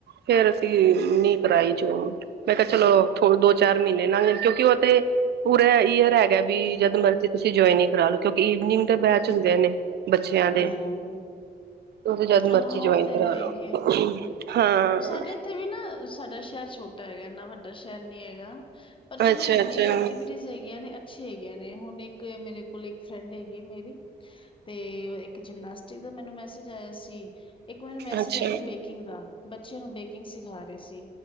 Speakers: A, on the right (about 75°); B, on the left (about 30°).
A: ਫਿਰ ਅਸੀਂ ਨੀ ਕਰਾਈ ਜੋ ਮੈਂ ਕਿਹਾ ਚਲੋਥੋ
B: ਹਮ
A: ਦੋ ਚਾਰ ਮਹੀਨੇ ਕਿਉਂਕਿ ਉੱਥੇ ਪੂਰਾ ਅਰ ਹੈਗਾ ਵੀ ਜਦ ਮਰਜੀ ਤੁਸੀਂ ਜੁਆਇਨ ਕਰਾ ਲਓ ਕਿਉਂਕਿ ਇਵਨਿੰਗ ਦੇ ਬੈਚ ਹੁੰਦੇ ਨੇ ਬੱਚਿਆਂ ਦੇ
B: ਹਮ
A: ਉਹ ਤੇ ਜਦ ਮਰਜ਼ੀ
B: ਹਾਂ
A: ਜੁਆਇਨ
B: ਉਹ ਤੇ
A: ਕਰਾ
B: ਹੈਗੇ
A: ਲਓ ਹਾਂ
B: ਸਾਡੇ ਇੱਥੇ ਵੀ ਨਾ ਸਾਡਾ ਸ਼ਹਿਰ ਛੋਟਾ ਹੈਗਾ ਇਨਾ ਵੱਡਾ ਸ਼ਹਿਰ ਨੀ ਹੈਗਾ। ਪਰ
A: ਅੱਛਾ-ਅੱਛਾ,
B: ਚਲੋ ਜਿੰਨੀ ਵੀ ਐਕਟੀਵਿਟੀ ਹੈਗੀਆਂ ਨੇ ਅੱਛੀ ਹੈਗੀ। ਨੇ ਹੁਣ ਇੱਕ ਮੇਰੇ ਕੋਲ ਇੱਕ ਫਰੈਂਡ ਹੈਗੀ ਆ ਮੇਰੀ ਤੇ ਇੱਕ ਜਿਮਨਾਸਟਿਕ ਦਾ ਮੈਨੂੰ ਮੈਸੇਜ ਆਇਆ ਸੀ। ਇੱਕ ਮੈਨੂੰ ਮੈਸੇਜ
A: ਅੱਛਾ,
B: ਆਾਦਾ ਬੇਕਿੰਗ ਦਾ ਬੱਚਿਆਂ ਨੂੰ ਦੇਖ ਕਿੰਗ ਸਿਖਾ ਰਹੇ ਸੀ